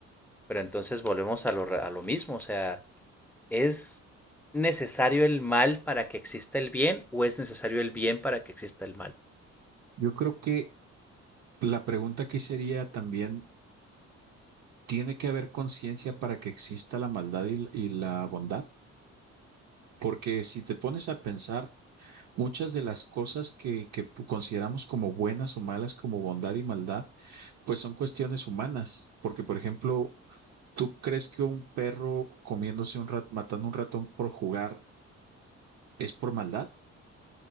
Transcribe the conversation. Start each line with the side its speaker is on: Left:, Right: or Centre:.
Centre: Pero entonces volvemos a lo, a lo mismo, o sea, ¿Es necesario el mal para que exista el bien o es necesario el bien para que exista el mal?
Right: Yo creo que la pregunta aquí sería también, ¿tiene que haber conciencia para que exista la maldad y, y la bondad? Porque si te pones a pensar, muchas de las cosas que, que pu- consideramos como buenas o malas, como bondad y maldad, pues son cuestiones humanas. Porque, por ejemplo, ¿tú crees que un perro comiéndose un rat, matando un ratón por jugar es por maldad